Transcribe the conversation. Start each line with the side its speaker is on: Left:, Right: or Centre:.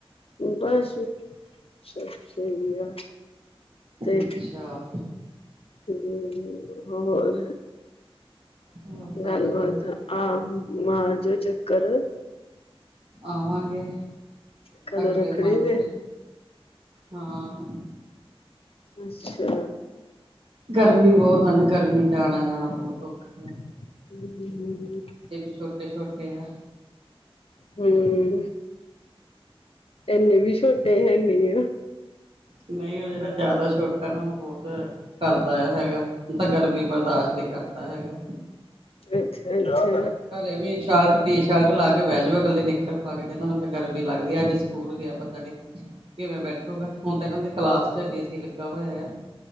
Left: ਬਸ ਸਭ ਸਹੀ ਆ ਤੇ
Right: ਅੱਛਾ
Left: ਹਮ ਹੋਰ
Right: ਹੋਰ ਤਾਂ
Left: ਗੱਲਬਾਤ।
Right: ਵਧੀਆ
Left: ਹਹ ਮਾਰ ਜੋ ਚੱਕਰ।
Right: ਆਵਾਂਗੇ।
Left: ਕਦੋਂ
Right: ਅਗਲੇ
Left: ਰੱਖੜੀ
Right: ਮੰਥ
Left: ਤੇ
Right: ਹਾਂ।
Left: ਅੱਛਾ।
Right: ਗਰਮੀ ਬਹੁਤ ਹਨਾ ਨਾ ਗਰਮੀ ਚ ਆਣਾ ਜਾਣਾ ਬਹੁਤ ਓਖਾ
Left: ਹਮ ਹਮ।
Right: ਵੀ ਛੋਟੇ ਛੋਟੇ ਆ।
Left: ਹਮ ਇਨੇ ਵੀ ਛੋਟੇ ਹੈਨੀ ਆ।
Right: ਨਹੀਂ ਉਹ ਜਿਹੜਾ ਜ਼ਿਆਦਾ ਛੋਟਾ ਨਾ ਉਹ ਬਹੁਤ ਕਰਦਾ ਆ ਹੈਗਾ ਤ ਗਰਮੀ ਬਰਦਾਸ਼ ਨਹੀਂ ਕਰਦਾ ਹੈਗਾ।
Left: ਅੱਛਾ, ਅੱਛਾ।
Right: ਘਰੇ ਵੀ ਸ਼ਰਟ ਟੀ ਸ਼ਰਟ ਲਾ ਕੇ ਬਹਿ ਜੁਗਾ ਕੱਲੀ ਨਿੱਕਰ ਪਾ ਕੇ ਕਹਿੰਦਾ ਮੈਂ ਤਾਂ ਗਰਮੀ ਲੱਗਦੀ ਅੱਜ ਸਕੂਲ ਗਿਆ ਪਤਾ ਨੀ ਕਿਵੇਂ ਬੈਠੂਗਾ। ਹੁਣ ਤਾਂ ਇਹਨਾਂ ਦੇ ਕਲਾਸ 'ਚ ਏਸੀ ਲੱਗਾ ਹੋਇਆ ਆ